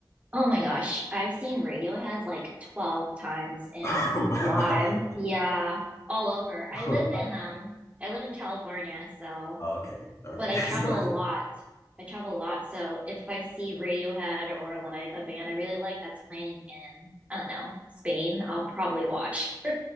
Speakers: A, on the right; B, on the left.
A: Oh my gosh, I've seen Radiohead like 12 times in
B: <laughs> Wow.
A: live. Yeah, all over. I
B: Wow.
A: live in um I live in California, so
B: Oh, Okay. Okay.
A: but I
B: <laughs>
A: travel
B: So,
A: a lot. I travel a lot, so if I see Radiohead or like a band I really like that's playing in, I don't know, Spain, I'll probably watch. <laughs>